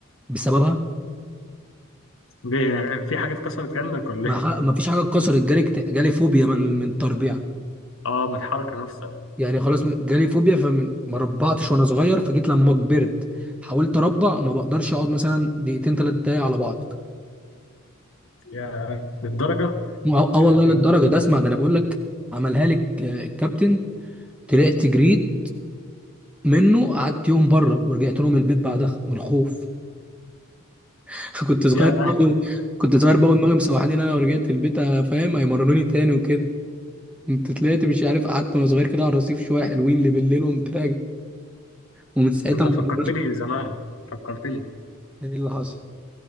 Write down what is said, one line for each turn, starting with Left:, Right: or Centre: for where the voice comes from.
Centre: بسببها
Left: ليه في حاجه اتكسرت عندك ولا
Centre: ما,
Left: ايه
Centre: ح... ما فيش حاجه اتكسرت جالي اكت- جالي فوبيا من من التربيع
Left: اه من الحركه نفسها
Centre: يعني خلاص م- جالي فوبيا فما ربعتش وانا صغير فجيت لما كبرت حاولت اربع ما بقدرش اقعد مثلا دقيقتين ثلاث دقايق على بعض
Left: يا للدرجه
Centre: اه آه والله
Left: يعني
Centre: للدرجه
Left: انت
Centre: ده اسمع ده انا بقول لك عملها لك آه، الكابتن طلعت جريت منه قعدت يوم بره ورجعت لهم البيت بعدها من الخوف <laughs> كنت صغير
Left: يا
Centre: بقى- كنت صغير بقى ودماغي مسوحاني ان انا لو رجعت البيت آه، فاهم هيمرنوني تاني وكده كنت طلعت مش عارف قعدت وانا صغير كده على الرصيف شويه حلوين اللي بالليل وقمت راجع ومن ساعتها
Left: انت
Centre: ما
Left: فكرتني
Centre: اتمرنتش.
Left: زمان فكرتني
Centre: ايه اللي حصل؟